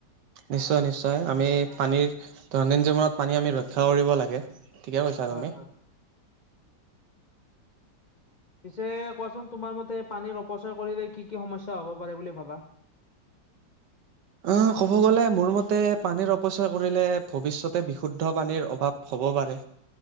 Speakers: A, on the right; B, on the left.
A: নিশ্চয় নিশ্চয় আমি পানীৰ দৈনন্দন্দিন জীৱনত পানী আমি ৰক্ষা কৰিব লাগে ঠিকে কৈছা
B: হয়
A: তুমি
B: হয়। পিছে কোৱাচোন তোমাৰ মতে পানীৰ অপচয় কৰিলে কি কি সমস্যা হ'ব পাৰে বুলি ভাবা
A: অ ক'ব গ'লে মোৰ মতে পানীৰ অপচয় কৰিলে ভৱিষ্যতে বিশুদ্ধ পানীৰ অভাৱ হ'ব হ'ব পাৰে